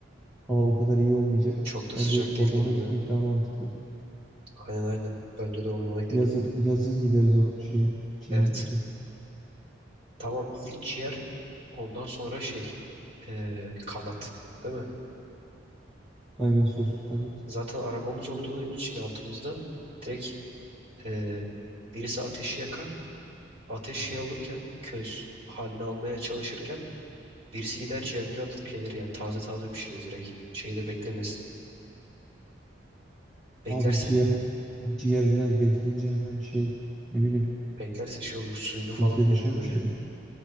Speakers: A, in the centre; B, on the right (about 30°).
A: hava o kadar iyi olmayacak.
B: Çok da sıcak
A: Bence
B: değil
A: ormana
B: deniliyor.
A: gitmek daha mantıklı.
B: Aynen aynen. Bence de ormana gidelim.
A: Yazın, yazın gideriz o şeye. Çilingöz'e.
B: Evet. Tamam ilk ciğer. Ondan sonra şey. eee, kanat. Değil mi?
A: Aynen soslu kanat.
B: Zaten arabamız olduğu için altımızda direkt eee, birisi ateşi yakar. Ateş şey olurken köz halini almaya çalışırken Birisi gider ciğerleri alır gelir yani taze taze pişiririz direkt. Şeyi de beklemez Beklerse,
A: Abi ciğer ciğer biraz bekleyince hemen şey ne bileyim
B: beklerse şey olur
A: sıkıntıya
B: suyunu falan verir
A: düşen
B: böyle.
A: bir şey mi?